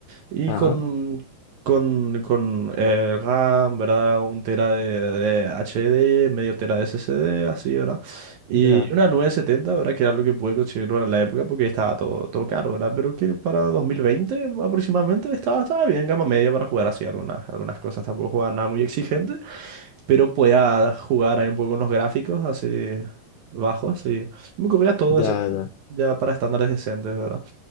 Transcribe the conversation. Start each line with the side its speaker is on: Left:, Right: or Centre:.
Right: Y
Left: ajá,
Right: con, con, con eh, RAM, ¿verdad? Un tera de, de HD, medio tera de SSD, así, ¿verdad? Y
Left: ya,
Right: una nueve setenta ¿verdad? Que era lo que pude conseguir para la época porque estaba todo, todo caro, ¿verdad? Pero que para 2020 aproximadamente estaba, estaba bien, gama media para jugar así algunas, algunas cosas. Tampoco jugaba nada muy exigente, pero podía jugar ahí un poco con los gráficos así bajos y me corría todo
Left: ya,
Right: ese-
Left: ya,
Right: ya para estándares decentes, ¿verdad?